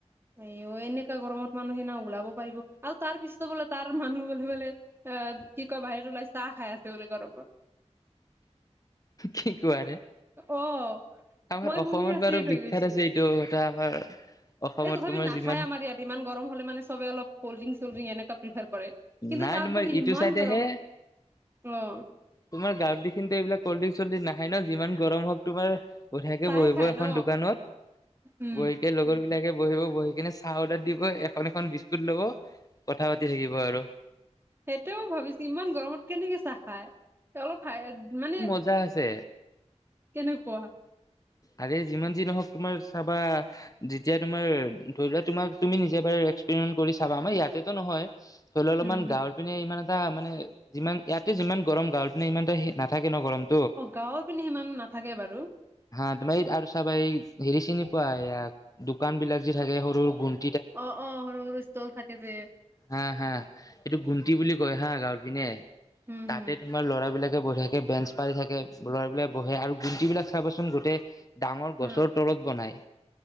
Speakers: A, on the right (about 20°); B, on the left (about 30°).
A: এ অ এনেকা গৰমত মানুহ সেইদিনা ওলাব পাৰিব আৰু তাৰ পিছত বোলে তাৰ মানুহ বোলে বোলে অ কি কয় বাহিৰত ওলাই চাহ খাই আছে বোলে গৰমত
B: কি কোৱা ৰে
A: অ
B: আমাৰ
A: মই
B: অসমত
A: শুনি আচৰিত
B: বাৰু
A: হৈ
B: বিখ্যাত
A: গৈছো
B: আছে এইটো এটা আমাৰ অসমত
A: এই তথাপি
B: তোমাৰ
A: নাখায়
B: যিমান
A: আমাৰ ইয়াত ইমান গম হলে মানে চব অলপ কল্ড্ৰিং চল্ড্ৰিং এনেকা প্ৰিফাৰ কৰে কিন্তু
B: নাই
A: তাত
B: তোমাৰ
A: বোলে
B: ইটো
A: ইমান
B: চাইডেহে
A: গৰম আ অ
B: তোমাৰ গাঁৰ দি এইবিলাক কল্ড্ৰিংচ চল্ট ডিং নাখায় যি গৰম হওক তোমাৰ বহিয়াকে
A: চাহে
B: বহিব
A: খাই
B: এখন
A: ন
B: দোকানত
A: উম
B: বহি কে লগৰ বিলাকে বহিব বহি কিনে চাহ অৰ্ডাৰ দি এখন এখন বিস্কুট লব কথা পাতি থাকিব আৰু
A: সেইটোয়েও ভাবিছো ইমান গৰমত কেনেকে চাহ খাই অলপ মানে
B: পজা আছে
A: কেনেকুৱা
B: আৰে যিমান যি নহওক তোমাৰ চাবা যেতিয়া তোমাৰ ধৰি লোৱা তোমাক তুমি নিজে বাৰ এক্সপেৰিমেণ্ট কৰি চাবা আমাৰ ইয়াতে টো নহয় ধৰলও অলপমান
A: হম হম
B: গাঁওৰ পিনে ইমান এটা মানে যিমান ইয়াতে যিমান গৰম গাঁওৰ পিনে ইমানতে নাথাকে ন গৰম
A: অ গাঁৱৰ পিনে সিমান নাথাকে বাৰু
B: হা তোমাইড এই আৰু চাবাই হেৰি চিনি পোৱা ইয়াক দোকান বিলাক যি থাকে সৰু সৰু গুণ
A: অ অ সৰু সৰু ষ্টল থাকে যে
B: হা হা এইটো গুণ্টি বুলি কয় হা গাঁওৰ পিনে
A: হম
B: তাতে
A: হম
B: তোমাৰ ল'ৰাবিলাকে বহি থাকে বেঞ্চ পাৰি থাকে ল'ৰাবিলাক বহে আৰু গুণ্টি বিলাক চাবচোন গোটেই ডাঙৰ
A: হা
B: গছৰ তলত বনায়